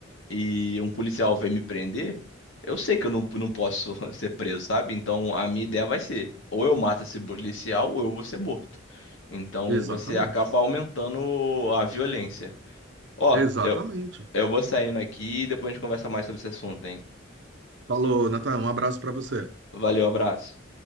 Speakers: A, on the left; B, on the right.
A: e um policial vem me prender, eu sei que eu não, não posso <laughs> ser preso, sabe? Então a minha ideia vai ser: ou eu mato esse policial, ou eu vou ser morto. Então
B: Exatamente.
A: você acaba aumentando a violência. Ó,
B: Exatamente.
A: eu, eu vou saindo aqui e depois a gente conversa mais sobre esse assunto, hein?
B: Falou, Natan, um abraço para você.
A: Valeu, abraço.